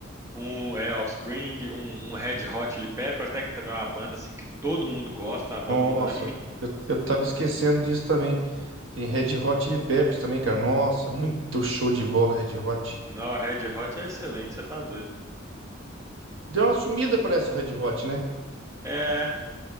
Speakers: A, on the right (about 15°); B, on the right (about 75°).
A: um é Offspring, um, um Red Hot Chili Peppers, né? Que também é uma banda assim que todo mundo gosta, uma banda
B: Nossa,
A: unânime.
B: eu, eu tava esquecendo disso também. Tem Red Hot Chili Peppers também, cara. Nossa, muito show de bola Red Hot.
A: Não, Red Hot é excelente, você tá doido.
B: Deu uma sumida, parece, o Red Hot, né?
A: É,